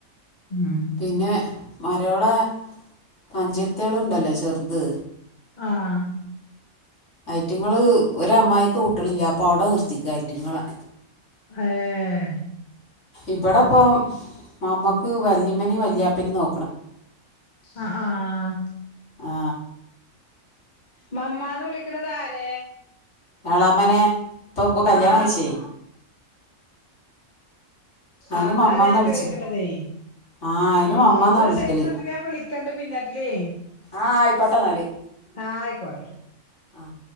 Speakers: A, on the left; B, on the left.
A: ഉം.
B: പിന്നെ മരോളെ അഞ്ചത്ത്യള്ണ്ടല്ലോ ചെർത്
A: ആഹ്
B: ഐറ്റങ്ങള് ഒരമ്മായിക്ക് കുട്ട്യളില്ല അപ്പൊ അവിടെ നിർത്തിക്ക ഐറ്റങ്ങളെ
A: ഏഹ്
B: ഇവിടെപ്പം മമ്മക്ക് വല്ലിമ്മനിം വല്യാപ്പനിം നോ
A: അ ആഹ്
B: ആ
A: മമ്മാന്ന് വിളിക്കണത് ആരെ?
B: എളാമനെ ഇപ്പൊ പ്പൊ കല്യാണം
A: ആ ആ
B: കഴിച്ചേ അതിന്
A: അതാ
B: മമ്മ
A: ഞാൻ
B: എന്നാണ് വിളിച്ചത്
A: ചോയിക്ക്ണതേ
B: ആ അതിന്
A: ഉം
B: മമ്മ
A: ഉം
B: എന്നാണ് വിളിക്കൽ
A: ശരി ന്നട്ട് ഞാൻ വിളിക്കണ്ട് പിന്നാട്ടിലേ
B: ആഹ് ആയിക്കോട്ടെന്നാല്
A: ആഹ് ആയിക്കോട്ടെ
B: ആഹ്